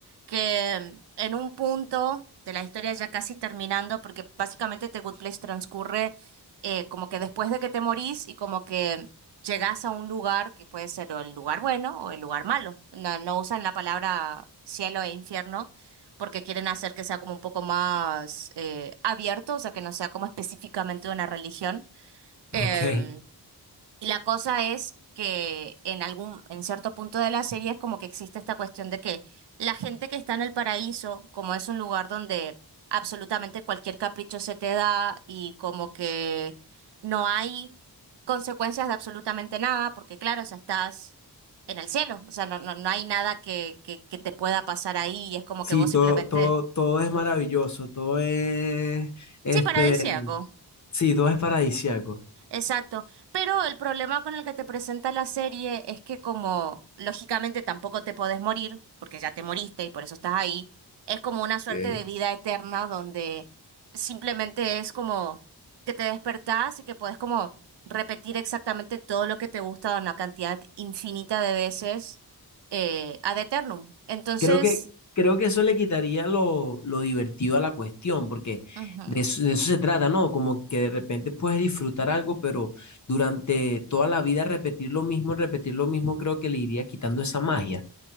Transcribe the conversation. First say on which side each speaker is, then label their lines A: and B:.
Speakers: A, on the right (about 80°); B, on the left (about 45°).
A: que en un punto de la historia ya casi terminando, porque básicamente The Good Place transcurre eh, como que después de que te morís y como que llegas a un lugar que puede ser o el lugar bueno o el lugar malo. No, no usan la palabra cielo e infierno porque quieren hacer que sea como un poco más eh, abierto, o sea, que no sea como específicamente una religión. Em,
B: Ok.
A: y la cosa es que en algún, en cierto punto de la serie es como que existe esta cuestión de que la gente que está en el paraíso, como es un lugar donde absolutamente cualquier capricho se te da y como que no hay consecuencias de absolutamente nada, porque claro, o sea, estás en el cielo, o sea, no, no, no hay nada que, que, que te pueda pasar ahí y es como
B: Sí,
A: que vos
B: todo,
A: simplemente
B: todo, todo es maravilloso, todo es, este,
A: Sí, paradisíaco.
B: sí, todo es paradisiaco.
A: Exacto. Pero el problema con el que te presenta la serie es que como lógicamente tampoco te podés morir, porque ya te moriste y por eso estás ahí, es como una
B: Ok.
A: suerte de vida eterna donde simplemente es como que te despertás y que podés como repetir exactamente todo lo que te gusta una cantidad infinita de veces eh, ad eternum. Entonces,
B: Creo que, creo que eso le quitaría lo, lo divertido a la cuestión, porque
A: ujú.
B: de eso, de eso se trata, ¿no? Como que de repente puedes disfrutar algo, pero durante toda la vida repetir lo mismo, repetir lo mismo, creo que le iría quitando esa magia.